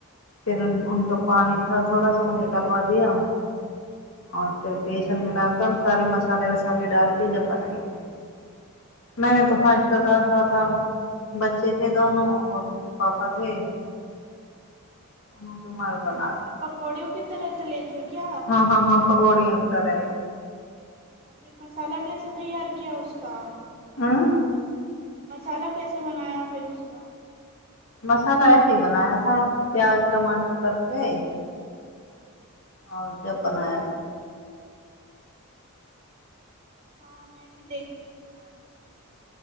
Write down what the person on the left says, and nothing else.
फिर उन-उनका पानी थोड़ा सा वो निकलवा दिया। और फि
बेसन मिला कर सारे मसाले उस पानी डाल के जब बनाई थी।
मैंने तो फासट करा पापा बच्चे थे दोनों और उनके पापा थे। उन्होंने
रुमाल
बना
हँ हँ हँ पकौड़िया उगता रहे
आँ
मसाला ऐसे बनाया था प्याज टमाटर करके
आओ जब
बनाया था